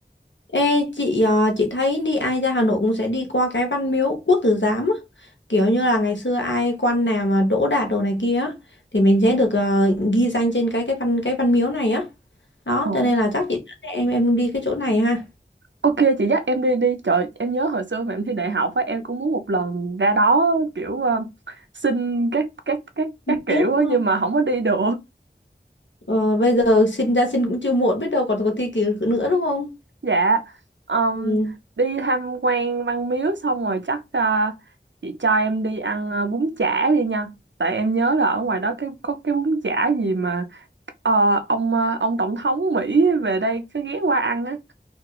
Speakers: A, on the left; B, on the right.
A: Ê, chị ờ, chị thấy đi ai ra Hà Nội cũng sẽ đi qua cái Văn Miếu Quốc Tử Giám á. kiểu như là ngày xưa ai quan nào mà đỗ đạt đồ này kia á, thì mình sẽ được ờ, ghi danh trên cái cái văn cái văn miếu này á đó
B: Ồ.
A: cho nên là chắc chị dẫn em em đi cái chỗ này ha
B: Ok chị dắt em đi đi Trời em nhớ hồi xưa mà em thi đại học á Em cũng muốn một lần ra đó kiểu ờ, xin các các các
A: Không
B: các kiểu
A: tiếc
B: á
A: mà
B: Nhưng mà không có đi được
A: ờ, bây giờ xin ra xin cũng chưa muộn biết đâu còn có thi kỳ nữa đúng không
B: Dạ, um,
A: ừ.
B: đi tham quan Văn Miếu xong rồi chắc ờ, chị cho em đi ăn ờ, bún chả đi nha. Tại em nhớ là ở ngoài đó cái có cái bún chả gì mà ờ, ông ờ, ông tổng thống Mỹ về đây cứ ghé qua ăn á.